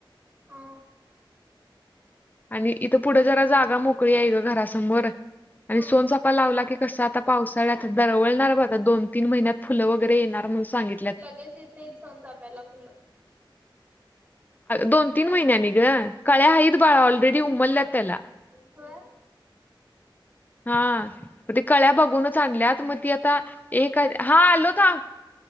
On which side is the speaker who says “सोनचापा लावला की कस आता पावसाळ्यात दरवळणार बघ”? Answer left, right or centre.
Left